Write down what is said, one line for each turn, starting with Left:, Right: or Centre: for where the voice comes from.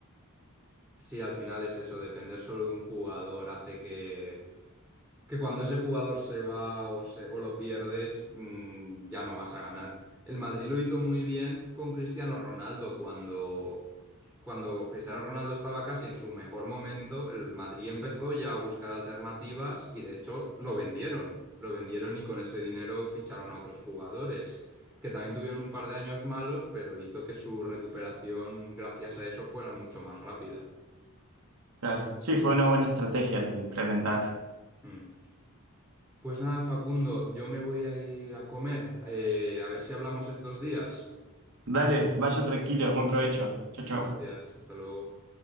Centre: Sí, al final es eso, depender solo de un jugador hace que, que cuando ese jugador se va o, se- o lo pierdes, mm, ya no vas a ganar. El Madrid lo hizo muy bien con Cristiano Ronaldo cuando cuando Cristiano Ronaldo estaba casi en su mejor momento, el Madrid empezó ya a buscar alternativas y de hecho lo vendieron. Lo vendieron y con ese dinero ficharon a otros jugadores, que también tuvieron un par de años malos, pero hizo que su recuperación gracias a eso fuera mucho más rápida.
Right: Claro. Sí, fue una buena estrategia la que implementaron.
Centre: Mm. Pues nada, Facundo, yo me voy a ir a comer. Eh, a ver si hablamos estos días.
Right: Dale, vaya tranquilo, buen provecho. Chau,
Centre: Gracias,
Right: chau.
Centre: hasta luego.